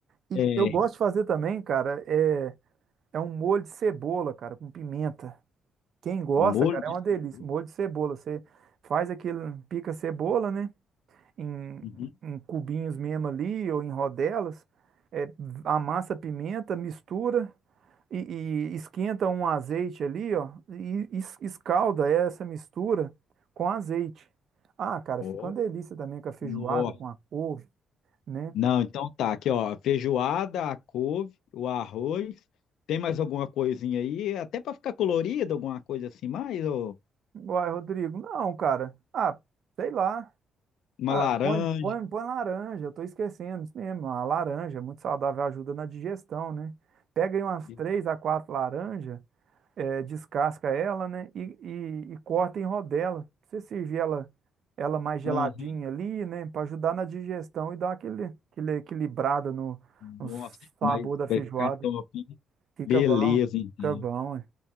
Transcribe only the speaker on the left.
É,
molho
de
cebola.
Uhum.
Ó,
nossa.
Não, então tá, aqui ó, feijoada, a couve, o arroz, tem mais alguma coisinha aí? Até para ficar colorido, alguma coisa assim mais, ou
uma
laranja.
Be-
Aham,
nossa,
mas
vai
ficar top. hein?
Beleza,
então.